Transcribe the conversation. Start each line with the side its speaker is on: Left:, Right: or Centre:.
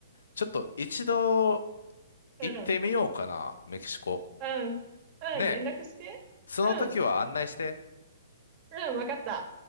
Left: ちょっと一度
Right: うん、
Left: 行ってみようかな。メキシコ。
Right: うん、うん、
Left: ねえ。
Right: 連絡して。
Left: その時は案内して。
Right: うん、うん、わかった。